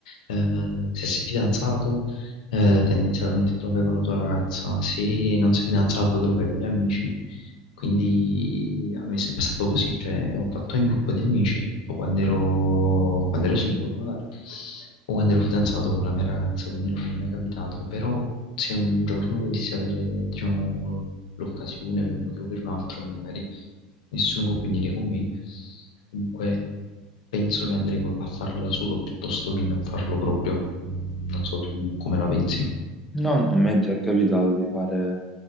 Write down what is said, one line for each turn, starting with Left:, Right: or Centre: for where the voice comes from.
Left: eh, se sei fidanzato, eh, tendenzialmente te lo fai con la tua ragazza, se non sei fidanzato te lo fai con gli amici, quindi a me è sempre stato così, cioè ho fatto in gruppo di amici, o quando ero, quando ero singolo magari, o quando ero fidanzato con la mia ragazza, quindi non mi è mai capitato, però se un giorno dovessi avere, diciamo l'occasione per un motivo o per un altro, che magari nessuno può venire con me, comunque penso che andrei co- a farlo da solo piuttosto che non farlo proprio. Mm, Non so tu come la pensi.
Centre: No, no, a me è già capitato di fare